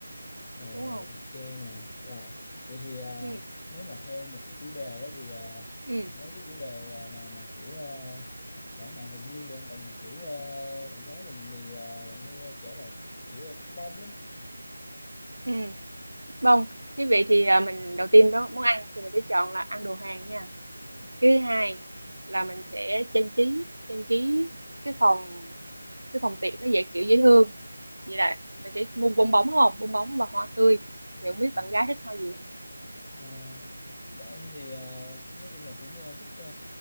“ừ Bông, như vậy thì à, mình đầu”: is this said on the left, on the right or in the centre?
Right